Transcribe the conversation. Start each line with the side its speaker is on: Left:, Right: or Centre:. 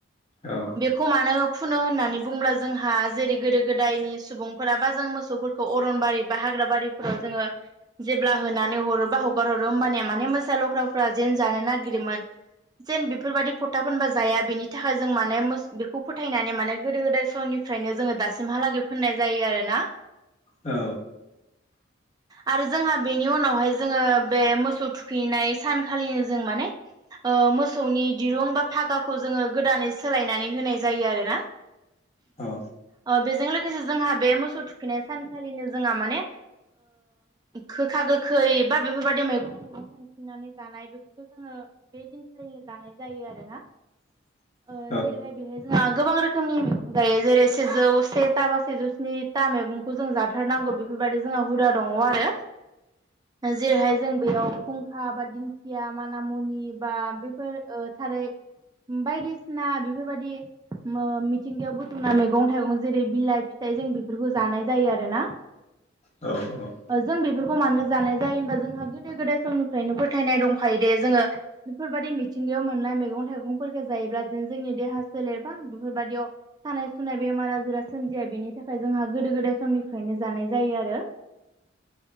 Left: औ
Right: खौ मानो फुनो होननानै बुंब्ला जोंहा जेरै गोदो गोदायनि सुबुंफोरा बा जों मोसौ अरनबारि बा हाग्रा बारिफोराव जोङो जेब्ला होनानै हरो बा हगार हरो होमबानिया माने मोसा लख्राफ्रा जेन जानो नागिरोमोन।
Left: <inaudible>
Right: जेन बेफोरबायदि फथा फोनबा जाया बेनि थाखाय जों माने बेखौ फोथायनानै माने गोदो गोदाय समनि फ्रायनो जोङो दासिमहालागै फोननाय जायो आरो ना।
Left: औ
Right: आरो जोंहा बेनि उनावहाय जोङो बे मोसौ थुखैनाय सानखालिनो जों माने मोसौनि दिरुं बा फागाखौ जोङो गोदानै सोलायनानै होनाय जायो आरो ना।
Left: औ
Right: अ बेजों लोगोसे जोंहा बे मोसौ थुखैनाय सानखालिनो जोंहा माने गोखा गोखै बा बेफोरबायदि मैगं जोङो बे दिनखालिनो जानाय जायो आरोना
Left: <inaudible>
Right: ओ जेरैहाय बे बेहाय जोंहा गोबां रोखोमनि मैगं जायो जेरै सेजौ से था बा सेजौ स्नि था मैगं खौ जों जाथारनांगौ बेफोरबायदि जोंहा हुदा दङ आरो जेरैहाय जों बेयाव फुं फुंखा बा दिंखिया मानामुनि बा बेफोर थारै बायदिसिना बेफोरबायदि मिथिंगायाव बुथुमना मैगं थाइगं जेरै बिलाइ फिथाइ जों बेफोरखौ जानाय जायो आरो ना
Left: औ औ
Right: जों बेफोरखौ मानो जानाय जायो होनबा जोंहा गोदो गोदाय समनिफ्रायनो फोथायनाय दंखायो दे जोङो बेफोरबायदि मिथिंगायाव मोननाय मैगं थाइगंफोरखौ जायोब्ला दि जोंनि देहा सोलेरबा बेफोरबायदियाव सानाय सुनाय बेमार आजारा सोमजिया बेनि थाखाय जोंहा गोदो गोदाय समनिफ्रायनो जानाय जायो आरो